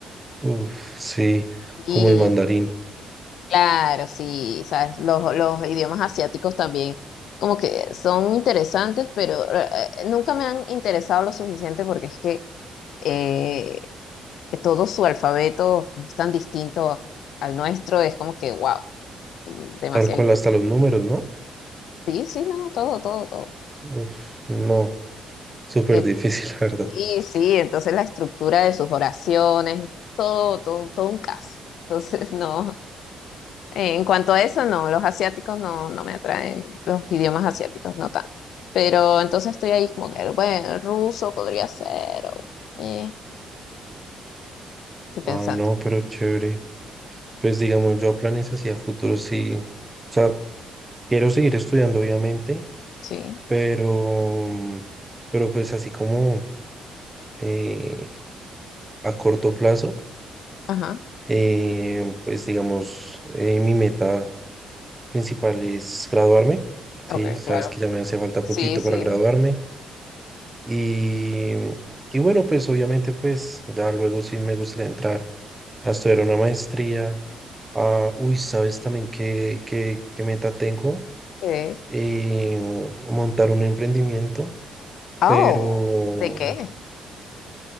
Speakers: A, on the right; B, on the left.
A: Uf, sí, como
B: Y
A: el mandarín.
B: claro, sí, ¿sabes? Los, los idiomas asiáticos también como que son interesantes, pero eh, eh, nunca me han interesado lo suficiente porque es que eh, todo su alfabeto como es tan distinto al nuestro, es como que, wow, demasiado
A: Tal cual
B: interesante.
A: hasta los números, ¿no?
B: Sí, sí, no, todo, todo, todo.
A: Uf, no, súper
B: Eh,
A: difícil, <laughs> la verdad.
B: Sí, sí, entonces la estructura de sus oraciones, todo, todo, todo un caso. Entonces, <laughs> no, en cuanto a eso, no, los asiáticos no, no me atraen, los idiomas asiáticos no tanto. Pero entonces estoy ahí como que, bueno, el ruso podría ser, o, eh, estoy pensando,
A: Ah, no, pero chévere. Pues digamos, yo planes hacia futuro sí. O sea, quiero seguir estudiando, obviamente,
B: sí,
A: pero, mm, pero pues así como eh, a corto plazo,
B: ajá,
A: eh, pues digamos, eh, mi meta principal es graduarme.
B: ok,
A: Sí, sabes
B: claro.
A: que ya me hace falta
B: Sí,
A: poquito
B: sí,
A: para graduarme. Y, y bueno, pues obviamente pues ya luego sí me gustaría entrar a estudiar una maestría. Ah, uy, ¿sabes también qué, qué, qué meta tengo?
B: eh,
A: Eh, montar un emprendimiento,
B: oh,
A: pero
B: ¿de qué?